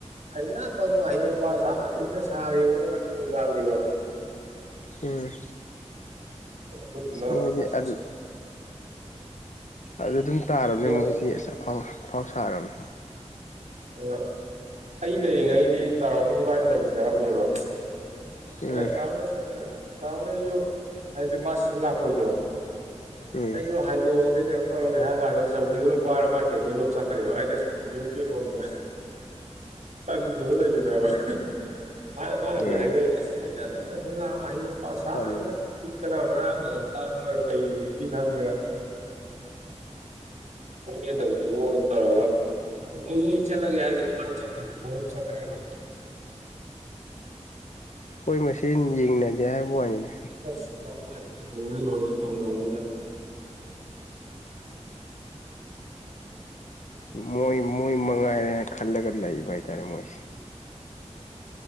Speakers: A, on the right (about 80°); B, on the left (about 85°).
A: ꯍꯩꯅꯗꯝꯅ ꯑꯍꯩ ꯑꯄꯥ ꯁꯥꯒꯤꯝꯁꯤꯕꯅ ꯁꯥꯒꯤꯝꯁꯤꯕꯅ <unintelligible>
B: ꯎꯝ
A: ꯑꯗꯨꯗꯨꯅ
B: ꯃꯣꯏꯗꯤ
A: ꯑꯁ
B: ꯑꯗꯨ
A: ꯑꯁ
B: ꯑꯗꯨ ꯑꯗꯨꯝ ꯇꯥꯔꯕꯅꯦ
A: ꯑꯗꯣ
B: ꯃꯣꯏꯗꯤ ꯑꯁ ꯑꯐꯥꯎ ꯑꯐꯥꯎ ꯁꯥꯔꯕꯅꯤ
A: ꯑ ꯑꯩ ꯂꯩꯔꯤꯉꯩꯗꯤ ꯇꯔꯥꯒꯨꯝꯅꯤ ꯏꯕꯥꯅꯤ ꯂꯩꯃꯤꯟꯅꯔꯝꯃꯦꯕ
B: ꯎꯝ
A: ꯑꯦ ꯇꯥꯅ ꯇꯥꯃꯣꯅ ꯑꯩꯁꯨ ꯍꯥꯏꯗꯤ ꯃꯥꯁꯤ ꯂꯥꯛꯄꯩꯗꯣ
B: ꯎꯝ
A: ꯑꯩꯁꯨ ꯍꯥꯏꯗꯣꯛꯑꯒꯦ ꯀꯩꯅꯣ ꯇꯧꯔꯒꯦ ꯍꯥꯏ ꯀꯥꯟꯗ ꯆꯧꯒꯤꯗꯨꯅ ꯄꯥꯏꯔ ꯃꯥꯥꯏꯗ ꯇꯦꯇꯦꯂꯣꯝ ꯆꯠꯈ꯭ꯔꯦꯕ ꯑꯩꯗꯤꯁ ꯅ꯭ꯌꯨ ꯇꯦꯠꯂꯣꯝꯗ ꯇꯟꯕꯗꯨ ꯂꯩꯃꯤꯟꯅꯕ ꯃꯥꯅ ꯃꯥꯅꯕꯨꯗꯤ
B: ꯎꯝ
A: ꯍꯥꯏꯖꯩꯗ ꯑꯁ ꯁꯤꯂꯥꯛꯑ ꯑꯍꯩꯑꯄꯥ ꯁꯥꯒꯤꯕꯁꯤꯅ
B: ꯇꯟꯕꯅꯤ
A: ꯊꯨꯄꯤꯀꯅ ꯉ ꯉꯔꯥꯡꯒꯤ ꯉꯈꯥ ꯃꯥꯅ ꯀꯩ ꯗꯨꯇꯤ ꯈꯪꯗꯅ ꯥ <unintelligible> ꯇꯧꯔꯕ ꯑꯩ ꯑꯩ ꯆꯠꯂꯒꯦ ꯍꯥꯏꯁ ꯆꯠꯈ꯭ꯔꯦ ꯀꯣꯜꯑꯝ ꯆꯠꯈꯔꯦꯕ
B: ꯈꯣꯏ ꯃꯁꯦꯟ ꯌꯦꯡꯅꯗꯦ ꯍꯥꯏꯕ ꯋꯥꯅꯤꯅꯦ
A: ꯑꯁ ꯃꯥꯏ ꯃꯥꯏ ꯍꯤꯡꯉ ꯂꯣꯏꯔꯦꯅ ꯇꯧꯖꯕꯁꯤꯗ
B: ꯃꯣꯏ ꯃꯣꯏ ꯃꯉ ꯀꯥꯏ ꯈꯜꯂꯒ ꯂꯩꯕ ꯍꯥꯏꯇꯔꯦ ꯃꯣꯏꯁꯤ